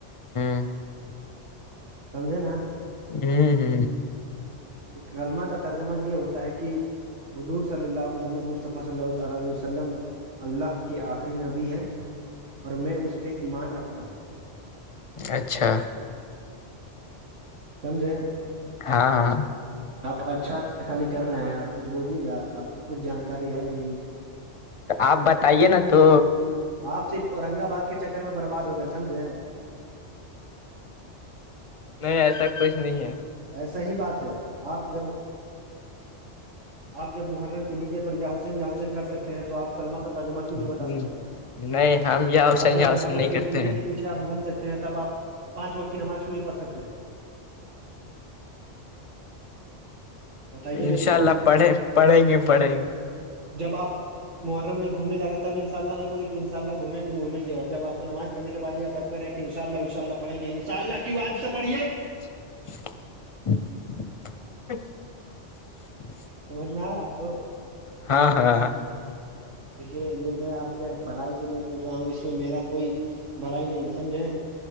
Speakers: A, on the left (about 35°); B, on the right (about 85°).
A: <inaudible>
B: سمجھے نا
A: ہ ہ
B: کلمہ کا ترجمہ یہ ہوتا ہے کہ حضور صلی اللہ محمد مصطفی صلی اللہ علیہ وسلم علیہ وسلم اللہ کے آخری نبی ہیں اور میں اس پہ ایمان رکھتا ہوں
A: اچھا
B: سمجھیں
A: ہاں ہاں
B: آپ اچھا خالی کر رہے ہیں آپ کچھ بولیے گا آپ کو کچھ جانکاری ہے نہیں
A: آپ بتائیے نا تو
B: آپ صرف اورنگ آباد کے چکر میں برباد ہو گئے سمجھے
A: نہیں ایسا کچھ نہیں ہے
B: ایسا ہی بات ہے آپ جب آپ جب محرم کے ڈیجے پر یاحسن یا حسین کر سکتے ہیں تو آپ کلمہ کا ترجمہ کیوں نہیں
A: ہ
B: بتا سکتے ہیں
A: نہیں ہم یا حسین
B: آپ جب
A: یا حسین
B: محرم
A: نہیں کرتے
B: کے ڈی
A: ہیں
B: جے کے پیٹ آپ گھوم سکتے ہیں تب آپ پانچ وقت کی نماز کیوں نہیں پڑ سکتے ہیں بتائیے میرے
A: انشاء
B: کو
A: اللہ
B: آپ
A: پڑھے پڑھیں گے پڑھیں گے
B: جب آپ محرم میں گھومنے ج رہے ہیں تب انشاء اللہ نہیں بولے کہ ان شاء اللہ گھیں گے گھیں گے اور ج آپ کو نماز پڑھ کے بع آیاب کریں کہ انشء ال انشاءلہ پڑیں گے ان شاء اللہ کیوں آج سے پڑھیے
A: ا <unintelligible>
B: سمجھ میں آ رہا ہے آپ کو
A: ہاں ہاں
B: دیکھیے یہ میں آپ کے بھلائی کے لیے بول رہا ہوں اس میں میرا کوئی بھلائی نہیں ہے سمجھیں